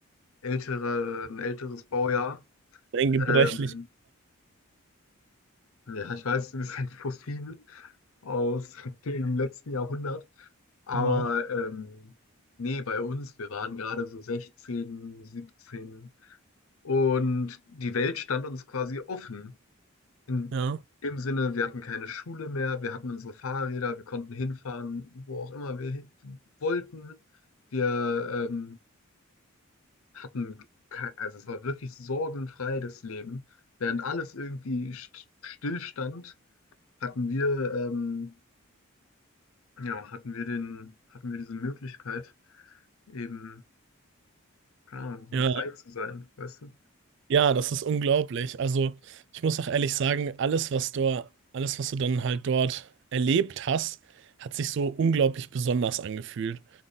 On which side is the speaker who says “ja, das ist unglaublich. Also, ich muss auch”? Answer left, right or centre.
Right